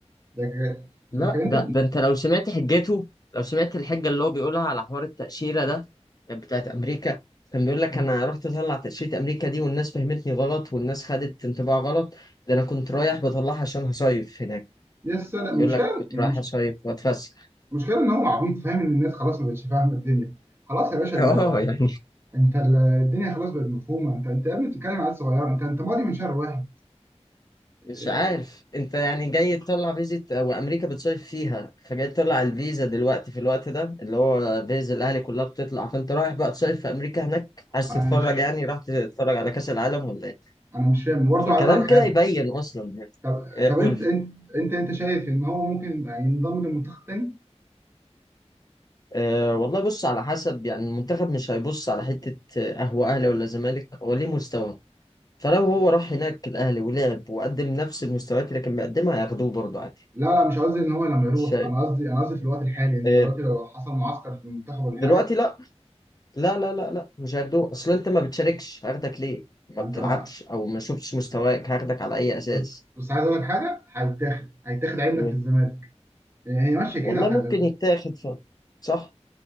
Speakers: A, on the right; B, on the left.
A: لكن
B: لا
A: لكن انت
B: ده ده انت لو سمعت حجته لو سمعت الحجه اللي هو بيقولها على حوار التاشيره ده كانت بتاعت امريكا كان بيقول لك انا رحت اطلع تاشيره امريكا دي والناس فهمتني غلط والناس خدت انطباع غلط ده انا كنت رايح بطلعها عشان هصيف هناك
A: لسه لا، المشكله
B: بيقول لك كنت
A: مش
B: رايح اصيف واتفسح
A: المشكله ان هو عبيط فاهم ان الناس خلاص ما بقتش فاهمه الدنيا خلاص يا باشا انت
B: <laughs> اه يعني
A: انت ال- الدنيا خلاص بقت مفهومه انت انت يا ابني بتتكلم على عيال صغيره انت انت ماضي من شهر واحد اه،
B: مش عارف انت يعني جاي تطلع فيزا وامريكا بتصيف فيها فجاي تطلع الفيزا دلوقتي في الوقت ده اللي هو فيزا الاهلي كلها بتطلع فانت رايح بقى تصيف في امريكا هناك عايز
A: انا
B: تتفرج
A: مش
B: يعني راح تتفرج على كاس العالم ولا إيه؟
A: انا مش فاهم برضه
B: فكلام
A: عايز اقول لك
B: كده
A: حاجه
B: يبين اصلا يعني
A: طب
B: آه،
A: طب
B: قول
A: انت
B: لي
A: انت انت انت شايف ان هو ممكن ينضم للمنتخب تاني؟
B: أه والله بص على حسب يعني المنتخب مش هيبص على حتة آه، هو أهلي ولا زمالك هو ليه مستوى فلو هو راح هناك الأهلي ولعب وقدم نفس المستويات اللي كان بيقدمها هياخدوه برضه عادي
A: لا لا مش قصدي ان هو لما يروح
B: مش شايف
A: انا قصدي انا قصدي في الوقت الحالي انت
B: أه
A: دلوقتي لو حصل معسكر في المنتخب ولا
B: دلوقتي
A: حاجه
B: لا لا لا لا لا مش هياخدوه أصل أنت ما بتشاركش هاخدك ليه
A: ما
B: ما بتلعبش
A: انت بقى
B: أو ما شفتش مستواك هاخدك على أي أساس
A: بس بس عايز اقول لك حاجه هيتاخد هيتاخد عندك
B: إيه؟
A: في الزمالك هي هي ماشيه
B: والله
A: كده خلي
B: ممكن
A: بالك.
B: يتاخد ف... صح